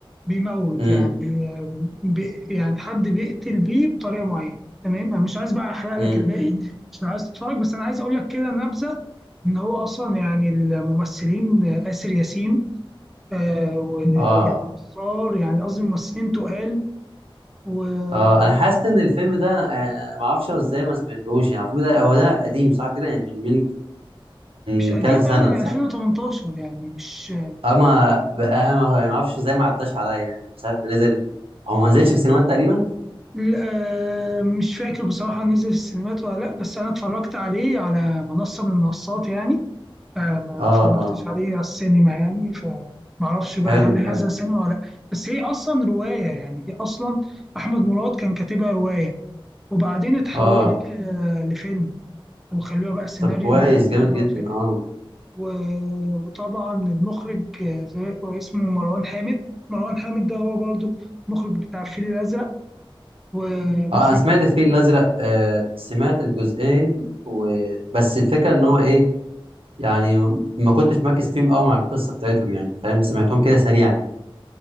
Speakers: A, in the centre; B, on the right.
A: بيموت
B: امم
A: يعني بي يعني حد بيقتل بيه بطريقه معينه تمام انا مش عايز بقى احرق لك
B: امم
A: الباقي مش عايز تتفرج بس انا عايز اقول لك كده نبذه ان هو اصلا يعني الممثلين آسر ياسين آه وإياد
B: اه
A: نصار يعني قصدي ممثلين تقال ومش
B: اه انا حاسس ان الفيلم ده انا ما اعرفش ازاي ما سمعتهوش يعني الفيلم ده هو ده قديم صح كده يعني من من من
A: قديم
B: كذا سنة
A: قوي من
B: صح
A: 2018 يعني مش
B: اما بقى ما ما اعرفش ازاي ما عداش عليا يعني من ساعه ما نزل هو ما نزلش في سينمات تقريبا
A: لا، مش فاكر بصراحة نزل في السينمات ولا لا بس أنا اتفرجت عليه على منصة من المنصات يعني آه، ما
B: اه
A: اتفرجتش
B: اه
A: عليه على السينما يعني فمعرفش بقى
B: حلو
A: هل
B: حلو
A: هذا سينما ولا لا بس هي اصلا روايه يعني هي اصلا احمد مراد كان كاتبها روايه وبعدين اتحولت
B: اه
A: آه، لفيلم وخلوها بقى سيناريو
B: طب كويس
A: وكده
B: جامد
A: خلوها
B: جدا
A: فيلم
B: اه
A: و- وطبعا المخرج آه، زي- اسمه مروان حامد مروان حامد ده هو برضو المخرج بتاع الفيل الازرق ومخرج
B: اه انا سمعت الفيل الازرق آه سمعت الجزئين و... بس الفكره ان هو ايه يعني ما كنتش مركز فيهم قوي مع القصه بتاعتهم يعني فاهم سمعتهم كده سريعا